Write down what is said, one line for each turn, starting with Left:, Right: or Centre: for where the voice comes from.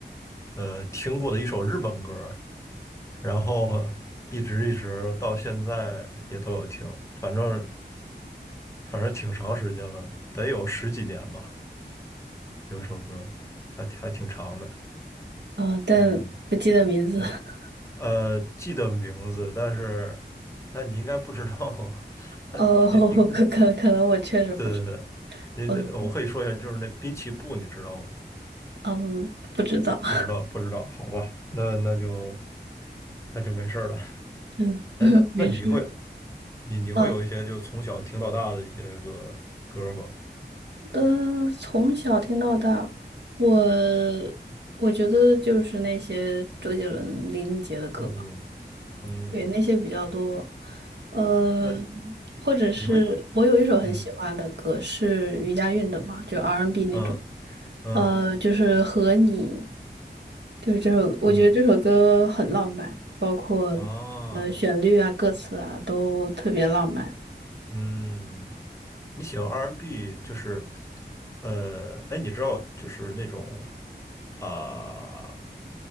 Left: 呃听过的一首日本歌然后一直一直到现在也都有听，反正反正挺长时间了，得有十几年吧。有一首歌还挺还挺长的，
Right: 啊、但不记得名字。
Left: 嗯，对，
Right: <laughs>
Left: 呃，记得名字，但是但你应该不知道，<laughs> 他你你
Right: 哦，可可可能我确实不知道。
Left: 对对对，你这我可以说一下，
Right: 嗯。
Left: 就是那滨崎步，你知道吗？
Right: 嗯，不知道，<laughs>
Left: 不知道不知道，好吧，那那就那就没事儿了。
Right: 嗯，
Left: 哎，
Right: <laughs>
Left: 那那你会，
Right: 没事。<laughs>
Left: 你你会有一些就从小听到大的一些个歌儿吗？
Right: 啊，呃，从小听到大，我我觉得就是那些周杰伦、林俊杰的歌吧，
Left: 嗯嗯，
Right: 对，那些比较多。呃，
Left: 那
Right: 或者是我有一首很喜欢的歌是余佳运的嘛，
Left: 你会，嗯
Right: 就 R&B n
Left: 嗯
Right: 那种，
Left: 嗯
Right: 呃，就是和你，就是这首，我觉得这首歌很浪漫，
Left: 嗯
Right: 包括
Left: 啊，
Right: 呃旋律啊、歌词啊都特别浪漫。
Left: 嗯，你喜欢 R&B 就是，呃，哎，你知道就是那种啊、